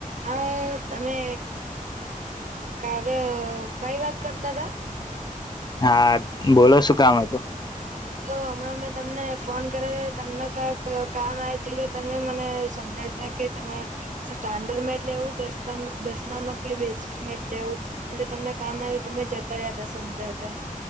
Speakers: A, on the right; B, on the left.
A: હા તમે કાવ્યભાઈ વાત કરતા હતાા
B: હા બોલો છું કામ હો તોું
A: તો હમણાં મેં તમને ફોન કર્યો તમને કક કામ આવ તુંટલે તમે મને સમજાવતા કે તમારે સ્ટાન્ડર્ડ મે જ લેવું દસમામાં કે બેસીસમાં જ લેવું એટલે તમને કામ આવ તમે જતા રહ્યાતા સમજાતા